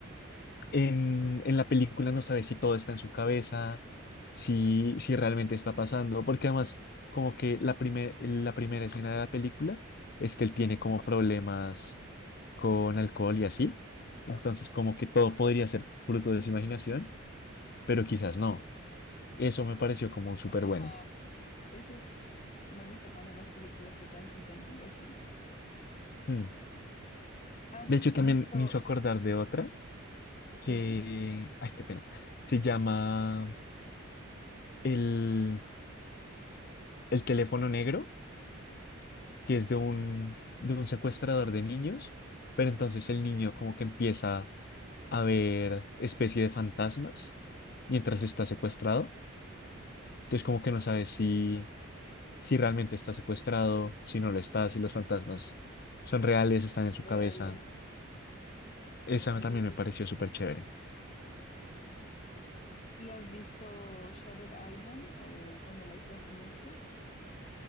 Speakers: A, on the left; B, on the left.
A: en, en la película no sabes si todo está en su cabeza, si, si realmente está pasando, porque además como que la, primer- la primera escena de la película es que él tiene como problemas con alcohol y así, entonces como que todo podría ser fruto de su imaginación, pero quizás no. Eso me pareció como súper
B: Ajá.
A: buena.
B: Eso Me gusta cuando las películas te transmiten algo así.
A: Hmm.
B: ¿Has
A: De hecho, también
B: visto,
A: me hizo acordar de otra que,
B: sí, sí,
A: ay, qué pena, se llama el, el teléfono negro, que es de un, de un secuestrador de niños, pero entonces el niño como que empieza a ver especie de fantasmas mientras está secuestrado. Entonces como que no sabe si, si realmente está secuestrado, si no lo está, si los fantasmas son reales, están en su
B: reales?
A: cabeza. Esa
B: Oh.
A: también me pareció súper chévere.
B: ¿Y has visto Shutter Island o, bueno, La Isla Siniestra?